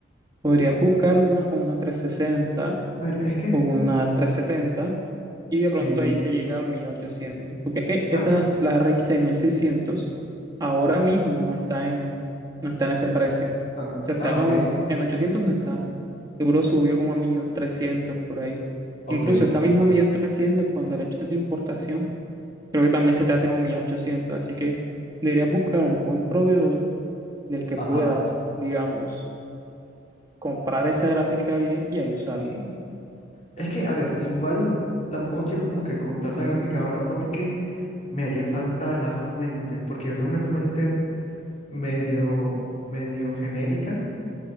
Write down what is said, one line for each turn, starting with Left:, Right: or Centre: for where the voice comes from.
Right: podría buscar una con una 360
Left: A ver, es que
Right: o una 370 y de
Left: sí.
Right: pronto ahí te llega al mil ochocientos Porque es que
Left: claro.
Right: esa, la RX seiscientos ahora mismo no está en, no está en ese precio. O
Left: Ah,
Right: sea,
Left: ah,
Right: está como
Left: ok,
Right: en ochocientos no está. Seguro subió como a mil trescientos por ahí.
Left: ok,
Right: Incluso esa misma mil trescientos con derechos de importación Creo que también se te hace como un millón ochocientos así que deberías buscar un buen proveedor del que
Left: ajá,
Right: puedas, digamos, comprar esa gráfica bien y ahí
Left: sí.
Right: usarlo.
Left: Es que, a ver, igual tampoco quiero como que comprar la gráfica ahora porque me haría falta la fuente, porque yo tengo una fuente medio, medio genérica,